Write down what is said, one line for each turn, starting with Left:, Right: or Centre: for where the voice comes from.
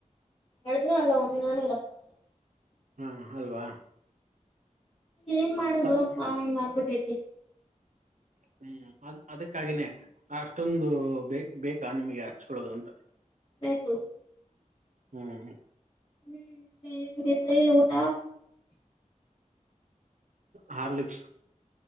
Left: ಅತನ ಅಲ್ಲ ಒಂದಿನಾನು ಇರಕ್ಕ ಆಾಗಲ್ಲ
Right: ಹಾ ಅಲ್ವಾ
Left: ಏನ್ ಮಾಡೋದು
Right: ಅದ್
Left: ಹ ಹಂಗ ಆಗ್ಬಿಟ್ಟೈತಿ
Right: ಹ್ಮ್ ಅ ಅದಕ್ಕಾಗಿನೇ ಅಷ್ಟೊಂದು ಬ ಬೇಕಾ ನಿಮಗೆ ಹಚ್ಕೊಳ್ಳೋದು ಅಂತ
Left: ಬೇಕು
Right: ಹ್ಮ್
Left: ಹ್ಮ್ ನೀನ್ ತಿನ್್ರಿ ಊಟ
Right: ಹಾರ್ಲಕ್ಸ್